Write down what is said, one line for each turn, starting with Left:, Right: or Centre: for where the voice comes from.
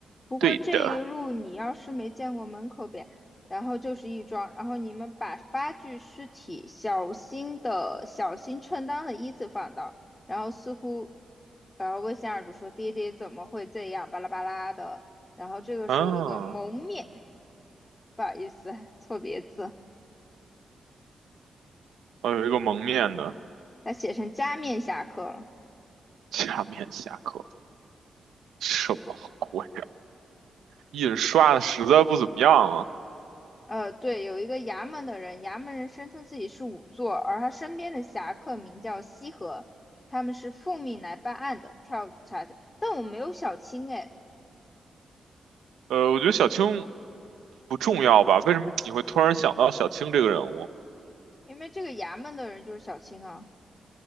Left: 不过这一路你要是没见过门口边，
Right: 对的，
Left: 然后就是一庄，然后你们把八具尸体小心的、小心称当的依次放到。然后似乎，然后魏仙儿就说：“爹爹怎么会这样？巴拉巴拉的。”然后这个时候有个蒙面，
Right: 啊，
Left: 不好意思，错别字，
Right: 我有一个蒙面的
Left: 他写成加面侠客了。
Right: 假面侠客，什么鬼？印刷的实在不怎么样啊。
Left: 呃，对，有一个衙门的人，衙门人声称自己是仵作，而他身边的侠客名叫西河，他们是奉命来办案的，调查者。但我没有小青哎，
Right: 呃，我觉得小青不重要吧？为什么你会突然想到小青这个人物？
Left: 因为这个衙门的人就是小青啊，